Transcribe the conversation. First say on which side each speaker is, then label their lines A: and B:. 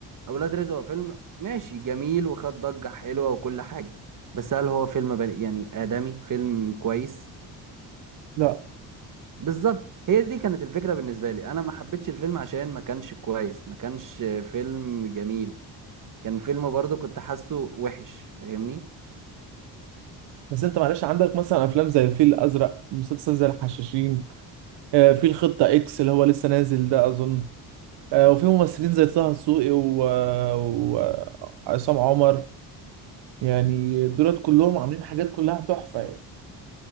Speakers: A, on the right; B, on the right.
A: أولاد رزق هو فيلم ماشي جميل وخد ضجة حلوة وكل حاجة بس هل هو فيلم بني يعني آدمي فيلم كويس
B: لا
A: بالظبط هي دي كانت الفكرة بالنسبة لي أنا ما حبيتش الفيلم عشان ما كانش كويس ما كانش فيلم جميل كان فيلم برضه كنت حاسه وحش فاهمني
B: بس انت معلش عندك مثلا افلام زي الفيل الازرق مسلسل زي الحشاشين آه، في الخطه اكس اللي هو لسه نازل ده اظن آه، وفي ممثلين زي طه دسوقي وعصام عمر يعني دولت كلهم عاملين حاجات كلها تحفه يعني